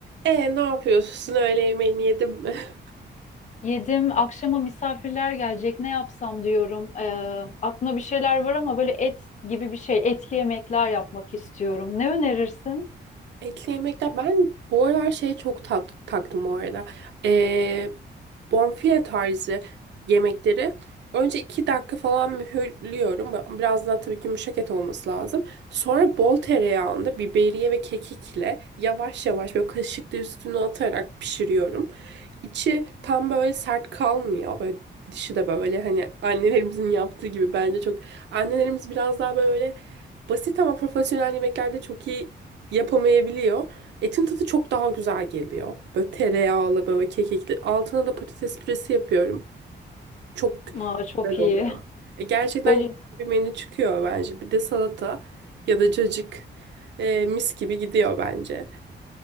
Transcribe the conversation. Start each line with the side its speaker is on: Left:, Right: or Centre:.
Right: E ne yapıyorsun? Öğle yemeğini yedin mi? <laughs>
Left: Yedim. Akşama misafirler gelecek. Ne yapsam diyorum. Ee, aklımda bir şeyler var ama böyle et gibi bir şey, etli yemekler yapmak istiyorum. Ne önerirsin?
Right: Etli yemekler. Ben bu aralar şeye çok tat, taktım bu arada. E, bonfile tarzı yemekleri. Önce iki dakika falan mühürlüyorum. Biraz daha tabii ki yumuşak et olması lazım. Sonra bol tereyağında biberiye ve kekikle yavaş yavaş böyle kaşıkla üstüne atarak pişiriyorum. İçi tam böyle sert kalmıyor. Böyle dışı da böyle hani annelerimizin yaptığı gibi bence çok annelerimiz biraz daha böyle Basit ama profesyonel yemeklerde çok iyi yapamayabiliyor. Etin tadı çok daha güzel geliyor. Böyle tereyağlı, böyle kekikli. Altına da patates püresi yapıyorum. Çok
Left: Aa, çok
Right: güzel
Left: iyi.
Right: oluyor. E, gerçekten
Left: Böyle
Right: güzel bir menü çıkıyor bence. Bir de salata ya da cacık e, mis gibi gidiyor bence.